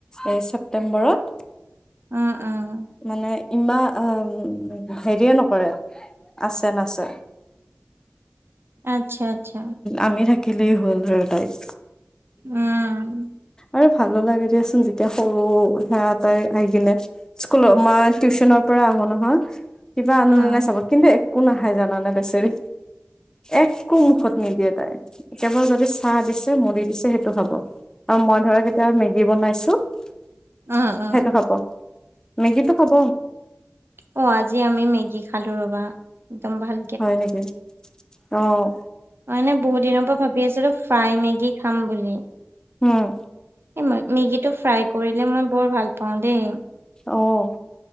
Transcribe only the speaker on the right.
উম উম।
আচ্ছা। আচ্ছা,
উম'।
উম।
উম,
উম,
অ', আজি আমি মেগি খালো ৰ'বা একদম ভাল
মই মানে বহুত দিনৰ পৰা ভাবি আছিলো ফ্ৰাই মেগী খাম বুলি
এই মেগীটো ফ্ৰাই কৰিলে মই বৰ ভাল পাওঁ দেই।